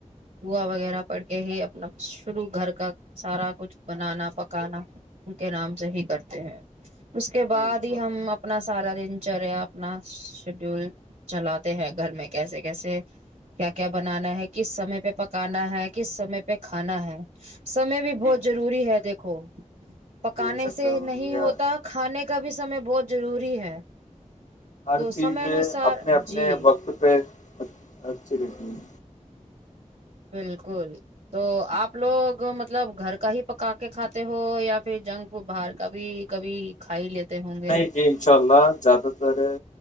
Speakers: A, on the right; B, on the left.
A: دعا وغیرہ پڑھ کے ہی اپنا شروع گھر کا سارا کچھ بنانا پکانا ان کے نام سے ہی کرتے ہیں اس کے بعد
B: جی انشاء
A: ہی
B: اللہ
A: ہم اپنا سارا دن بچرے اپنا شیڈیول چلاتے ہیں گھر میں کیسے کیسے کیا کیا بنانا ہے کس سمے پہ پکانا ہے کس سمے پہ کھانا ہے سمے بھی
B: جی
A: بہت
B: جی
A: روری ہے دیکھو کوو پکانے
B: بے شک
A: سے نہیں
B: ضروری ہے
A: ہوتا کھانے کا بھی بھی سمے بہت ضروری ہے
B: ہر
A: تو
B: چیزیں
A: سمے انوسار
B: اپنے اپنے
A: جی
B: وقت پہ اچھی رہتی ہے
A: بالکل تو آپ لوگ مطلب گھر کا ہی پکا کے کھاتے ہو یا پھر جنک فوڈ باہر کا بھی کبھی کھائی لیتے ہوں گے
B: نہیں جی انشاء اللہ زیادہ تر ہے